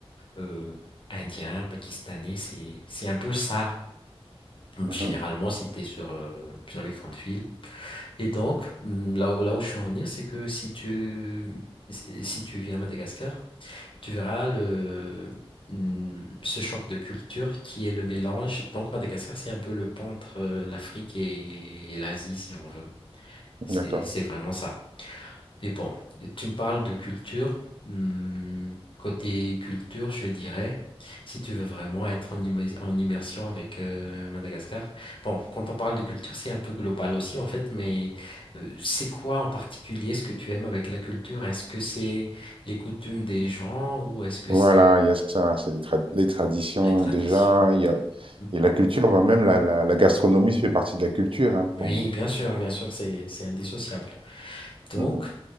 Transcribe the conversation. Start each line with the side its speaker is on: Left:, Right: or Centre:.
Left: euh, Indiens, Pakistanais, c'est, c'est un peu ça. Hum,
Right: mhm.
Left: Généralement, si tu es sur, euh, sur les grandes villes, et donc, hum, là où, là où je suis en venir, c'est que si tu, si si tu viens à Madagascar, tu verras le, hum, ce choc de culture qui est le mélange. Donc, Madagascar, c'est un peu le pont entre euh, l'Afrique et, et l'Asie, si on veut. C'est,
Right: D'accord.
Left: c'est vraiment ça. Mais bon, tu me parles de culture. Hmm, côté culture, je dirais, si tu veux vraiment être en, immer- en immersion avec euh, Madagascar. Bon, quand on parle de culture, c'est un peu global aussi en fait, mais euh, c'est quoi en particulier ce que tu aimes avec la culture? Est-ce que c'est les coutumes des gens ou est-ce que
Right: Voilà,
Left: c'est
Right: il y a ça, c'est les, tra- les traditions
Left: les traditions?
Right: déjà, il y a,
Left: Hmm.
Right: et la culture, bah, même la, la, la gastronomie fait partie de la culture, hein, pour
Left: Oui,
Right: moi.
Left: bien sûr, bien sûr, c'est c'est indissociable. Donc,
Right: Mhm,